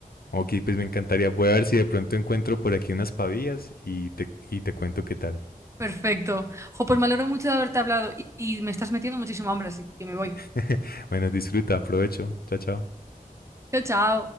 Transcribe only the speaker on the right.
Perfecto. Jo, pues me alegro mucho de haberte hablado y, y me estás metiendo muchísimo hambre, así que me voy.
Chao, chao.